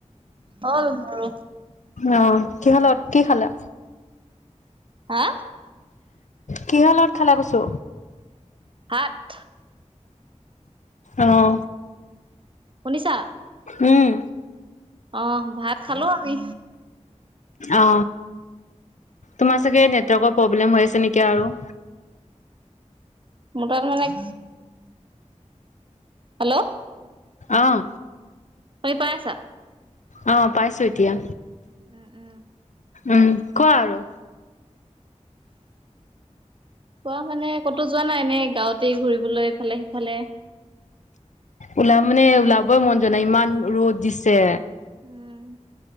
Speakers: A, on the right (about 45°); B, on the left (about 75°).
A: হল মোৰো।
B: অহ কি খালে কি খালা?
A: হা
B: কিহলত খেলা কছো
A: সাত
B: অঁ
A: শুনিছা
B: উম
A: অ ভাত খালো আমি
B: অ তোমাৰ চাগে নেটৱৰ্কৰ প্ৰব্লেম হৈ আছে নেকি আৰু
A: মোৰ তাত মানে হেল্ল'
B: আহ
A: কৰি পাই আছা
B: অ পাইছো এতিয়া
A: উম উম
B: উম কোৱা আৰু
A: খোৱা মানে কতো যোৱা নাই এনেই গাঁৱতে ঘুৰিবলৈ ইফালে সিফালে
B: ওলা মানে ওলাবই মন যোৱা নাই ইমান ৰ'দ দিছে
A: উম,